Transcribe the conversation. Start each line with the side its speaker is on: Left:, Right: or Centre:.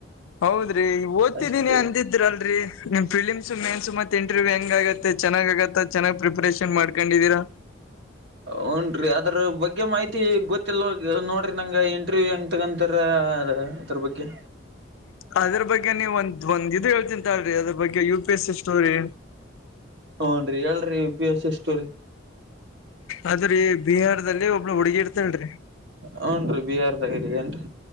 Left: ಹೌದ್ರಿ ಓದ್ತಿದ್ದೀನಿ
Right: ಅಷ್ಟೇ
Left: ಅಂದಿದ್ರಲ್ರಿ. ನಿಮ್ ಫಿಲಿಮ್ಸ್ ಮೇನ್ಸ್ ಮತ್ತ ಇಂಟರ್ವ್ಯ್ ಹೆಂಗ ಆಗತ್ತೆ ಚೆನ್ನ್ ಆಗತ್ತ ಚೆನ್ನ್ ಪ್ರಿಪರೇಷನ್ ಮಾಡ್ಕೊಂಡಿದ್ದೀರಾ.
Right: ಹ್ಞನ್ ರೀ ಅದ್ರ ಬಗ್ಗೆ ಮಾಹಿತಿ ಗೊತ್ತಿಲ್ಲವ ನೋಡಿರಿ ನಂಗೆ ಇಂಟ್ರವ್ಯೂ್ ಹೆಂಗ ತಗಂತಾರ. ಅದರ ಬಗ್ಗೆ.
Left: ಅದ್ರ ಬಗ್ಗೆ ನೀವು ಒಂದ್ ಒಂದ್ ಇದು ಹೇಳ್ತೇನಿ ತಾಲ್ರಿ ಅದ್ರ ಬಗ್ಗೆ U P S C story.
Right: ಹುಉನ್ರಿ ಹೇಳ್ರಿ ಯು ಪಿ ಎಸ್ ಸ್ಟೋರಿ.
Left: ಆದ್ರೀ ಬಿಹಾರದಲ್ಲಿ ಒಬ್ಳ ಹುಡುಗಿ ಇರ್ತಲ್ರಿ.
Right: ಹೂಂ ರಿ ಬಿಹಾರದಾಗ ಏನ್ರೀ.